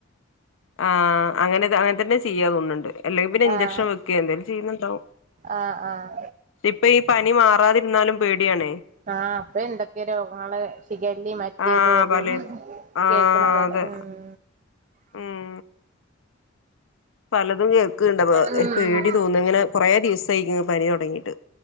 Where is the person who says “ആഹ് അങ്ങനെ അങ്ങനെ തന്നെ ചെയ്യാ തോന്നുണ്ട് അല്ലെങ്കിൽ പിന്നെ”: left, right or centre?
Left